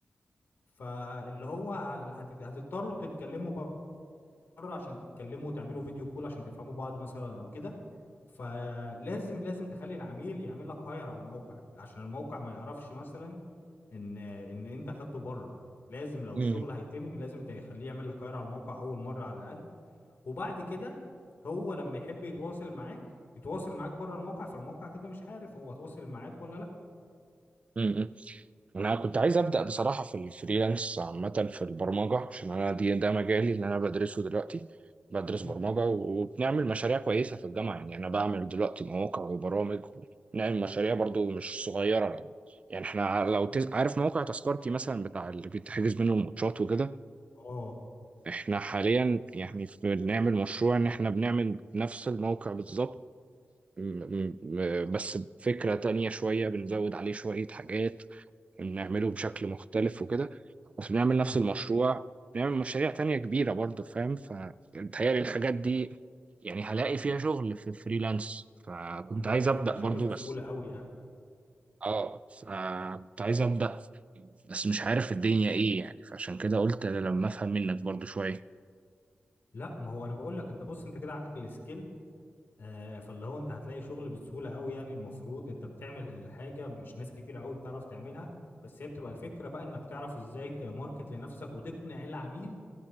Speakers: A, on the left (about 60°); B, on the right (about 30°).
A: فاللي هو هت... هتضطروا تتكلموا بره عشان تتكلموا وتعملوا فيديو كول عشان تفهموا بعض مثلا او كده فلازم لازم تخلي العميل يعمل لك هاير على الموقع عشان الموقع ما يعرفش مثلا ان ان انت خدته بره لازم لو
B: مم.
A: الشغل هيتم لازم تخليه يعمل لك كاير على الموقع اول مره على الاقل وبعد كده هو لما يحب يتواصل معاك يتواصل معاك بره الموقع فالموقع كده مش عارف هو تواصل معاك ولا لا
B: مم. انا كنت عايز ابدا بصراحه في الفريلانس عامه في البرمجه عشان انا دي ده مجالي اللي انا بدرسه دلوقتي بدرس
A: مم.
B: برمجه وبنعمل مشاريع كويسه في الجامعه يعني انا بعمل دلوقتي مواقع وبرامج ونعمل مشاريع برضو مش صغيره يعني يعني احنا لو تز...
A: مم.
B: عارف موقع تذكرتي مثلا بتاع اللي بتحجز منه الماتشات وكده
A: اه
B: احنا حاليا يعني في- بنعمل مشروع ان احنا بنعمل نفس الموقع بالظبط م- م- بس بفكرة تانية شوية بنزود عليه شوية حاجات نعمله بشكل مختلف وكده بس بنعمل نفس
A: مم.
B: المشروع بنعمل مشاريع تانية كبيرة برضه فاهم فبتهيألي الحاجات دي يعني هلاقي فيها شغل في فريلانس فكنت
A: انت
B: عايز
A: هتلاقي
B: أبدأ
A: فيها شغل
B: برضه
A: بسهوله
B: بس
A: قوي يعني
B: اه فكنت عايز أبدأ بس مش عارف الدنيا ايه يعني فعشان كده قلت لما افهم منك برضه شوية
A: لا ما هو انا بقول لك انت بص انت كده عندك السكيل آه فاللي هو انت هتلاقي شغل بسهوله قوي يعني المفروض انت بتعمل الحاجه مش ناس كتير قوي بتعرف تعملها بس هي بتبقى الفكره بقى انك تعرف ازاي تماركت لنفسك وتقنع العميل